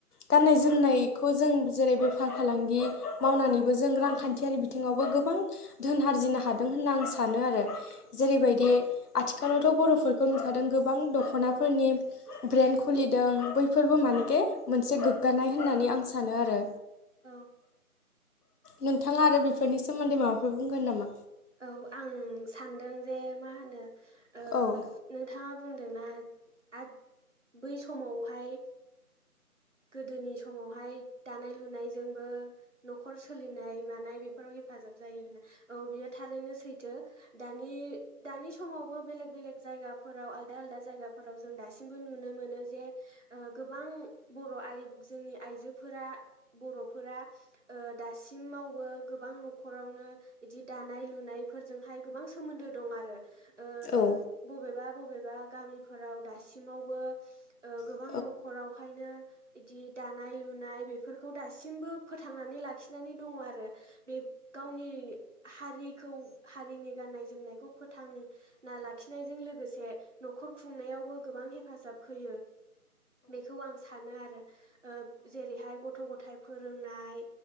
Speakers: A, on the left; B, on the right.
A: गाननाय जोमनायखौ जों जेरै बेफार फालांगि मावनानैबो जों
B: औ
A: रांखान्थियारि बिथिंङावबो गोबां धोन आरजिनो हादों होनना आं सा सानो आरो जेरैबायदि
B: औ
A: आथिखालावथ बरफोरखौ नुखादों गोबां दखनाफोरनि ब्रेन खुलिदों बैफोरबो मानेके मोनसे गोग गानाय होननानै
B: औ
A: आं सानो आरो।
B: औ
A: नोंथांङा आरो बेफोरनि सोमोन्दै माबाफोर बुंगोन नामा
B: औ आं सानदों जे मा होनो ओ
A: औ
B: नोंथांङा बुंदोंना आद बै समावहाय गोदोनि समावहाय दानाय लुनायजोंबो नखर सोलिनाय मानाय बेफोराव हेफाजाब जायो होनना। औ बियो थारैनो सैथो दानि-दानि समाव बै बेलेग बेलेग जायगाफोराव आलदा-आलादा जायगाफोराव जों दासिमबो नुनो मोनो जे ओ गोबां बर'आइ जोंनि आइजोफोरा बरफोरा ओ दासिमावबो गोबां नखरावनो बिदि दानाय लुनायफोरजोंहाय गोबां सोमोन्दो दं आरो ओ
A: औ
B: बबेबा बबेबा गामिफोराव दासिमावबो ओ गोबां
A: औ
B: नखरावहायनो बिदि दानाय लुनाय बेफोरखौ दासिमबो फोथांनानै लाखिनानै दंङ आरो बे गावनि हारिखौ हारिनि गाननाय जोमनायखौ फोथांना लाखिनायजों लोगोसे नखर खर खुंनायावबो गोबां हेफाजाब होयो। बेखौ आं सानो आरो ओ जेरैहाय गथ' गथाय फोरोंनाय